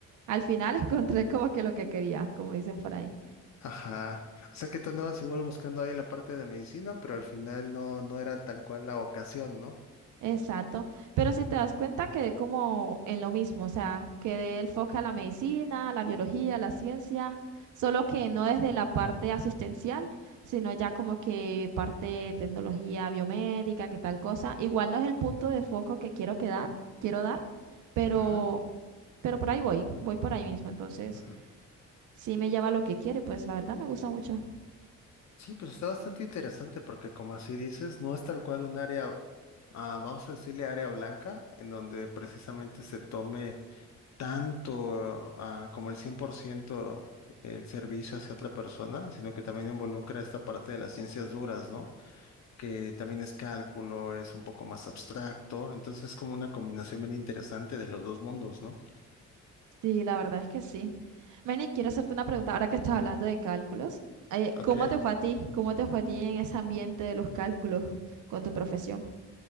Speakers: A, on the right (about 80°); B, on the left (about 65°).
A: Al final <laughs> encontré como que lo que quería, como dicen por ahí.
B: Ajá. O sea que tú andabas igual buscando ahí la parte de medicina, pero al final no, no era tal cual la ocasión, ¿no?
A: Exacto. Pero si te das cuenta, quedé como en lo mismo, o sea, quedé el foco a la medicina, a la biología, a la ciencia, solo que no desde la parte asistencial, sino ya como que parte de tecnología biomédica, que tal cosa. Igual no es el punto de foco que quiero quedar, quiero dar, pero,
B: Ajá.
A: pero por ahí voy, voy por ahí mismo. Entonces,
B: Ujú.
A: sí me lleva a lo que quiero y pues la verdad me gusta mucho.
B: Sí, pues está bastante interesante porque como así dices, no es tal cual un área, ah, vamos a decirle área blanca, en donde precisamente se tome tanto ah, como el 100% el servicio hacia otra persona, sino que también involucra esta parte de las ciencias duras, ¿no? Que también es cálculo, es un poco más abstracto, entonces es como una combinación bien interesante de los dos mundos, ¿no?
A: Sí, la verdad es que sí. Manny, quiero hacerte una pregunta ahora que estás hablando de cálculos. eh,
B: Ok.
A: ¿Cómo te fue a ti? ¿Cómo te fue a ti en ese ambiente de los cálculos con tu profesión?